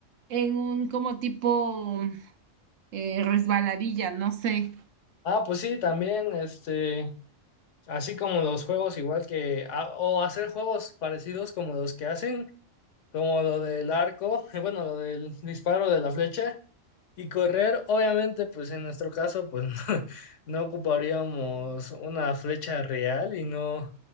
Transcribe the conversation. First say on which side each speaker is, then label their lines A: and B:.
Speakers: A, on the right; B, on the left.
A: en un como tipo eh, resbaladilla, no sé.
B: Ah, pues sí, también, este, así como los juegos igual que, ah, o hacer juegos parecidos como los que hacen, como lo del arco, <laughs> eh, bueno, lo del disparo de la flecha y correr, obviamente, pues en nuestro caso, pues <laughs> no, ocuparíamos una flecha real y no,